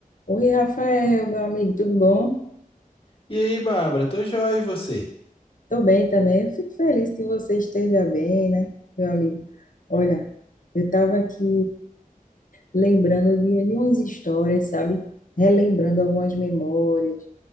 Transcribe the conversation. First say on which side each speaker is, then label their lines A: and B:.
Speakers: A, on the left (about 60°); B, on the left (about 35°).
A: Oi, Rafael, meu amigo, tudo bom?
B: E aí, Bárbara, tô joia e você?
A: Tô bem também. Eu fico feliz que você esteja bem, né, meu amigo? Olha, eu estava aqui lembrando de, de umas histórias, sabe? Relembrando algumas memórias,